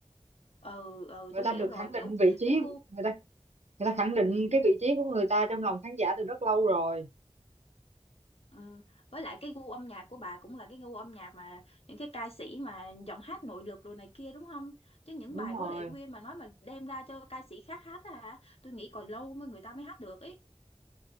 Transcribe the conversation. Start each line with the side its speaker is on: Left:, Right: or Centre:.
Left: ừ ừ
Right: người
Left: tôi
Right: ta
Left: hiểu
Right: được
Left: rồi
Right: khẳng định
Left: kiểu
Right: vị trí
Left: cái gu
Right: người ta người ta khẳng định cái vị trí của người ta trong lòng khán giả từ rất lâu rồi
Left: Ừ. Với lại cái gu âm nhạc của bà cũng là cái gu âm nhạc mà những cái ca sĩ mà giọng hát nội lực rồi này kia đúng không? Chứ những
Right: đúng
Left: bài của
Right: rồi
Left: Lệ Quyên mà nói mà đem ra cho ca sĩ khác hát á hả? Tôi nghĩ còn lâu mới người ta mới hát được ấy.